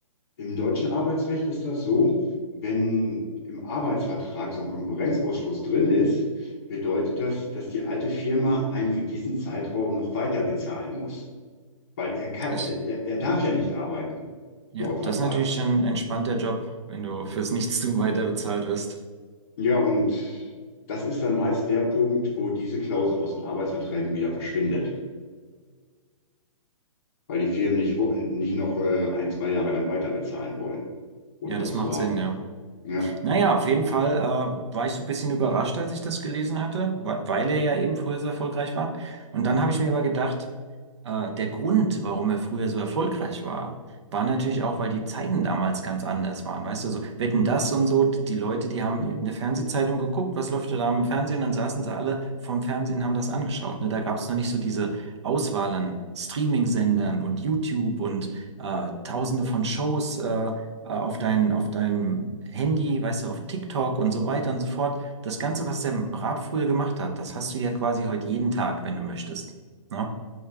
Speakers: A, on the left (about 25°); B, on the right (about 55°).
A: im deutschen Arbeitsrecht ist das so, wenn im Arbeitsvertrag so ein Konkurrenzausschluss drin ist, bedeutet das, dass die alte Firma einen für diesen Zeitraum noch weiter bezahlen muss, weil er kann,
B: Das,
A: er, er darf ja nicht arbeiten,
B: ja,
A: laut
B: das
A: Vertrag.
B: ist natürlich ein entspannter Job, wenn du fürs Nichtstun weiter bezahlt wirst.
A: Ja, und das ist dann meist der Punkt, wo diese Klausel aus den Arbeitsverträgen wieder verschwindet, weil die Firmen nicht, wo- nicht noch äh, ein, zwei Jahre lang weiter bezahlen wollen, ohne
B: Ja,
A: was
B: das macht
A: zu haben.
B: Sinn, ja.
A: Ja,
B: Naja, auf jeden Fall, äh, war ich so ein bisschen überrascht, als ich das gelesen hatte, weil weil er ja eben früher so erfolgreich war. Und dann habe ich mir aber gedacht, Äh, der Grund, warum er früher so erfolgreich war, war natürlich auch, weil die Zeiten damals ganz anders waren. Weißt du, so Wetten, das und so, die die Leute, die haben in der Fernsehzeitung geguckt, was läuft da im Fernsehen, dann saßen sie alle vorm Fernsehen, haben das angeschaut. Ne? Da gab es noch nicht so diese Auswahl an Streaming-Sendern und YouTube und äh, tausende von Shows äh, äh, auf dein, auf deinem Handy, weißt du, auf TikTok und so weiter und so fort. Das Ganze, was der Raab früher gemacht hat, das hast du ja quasi heute jeden Tag, wenn du möchtest. Ne?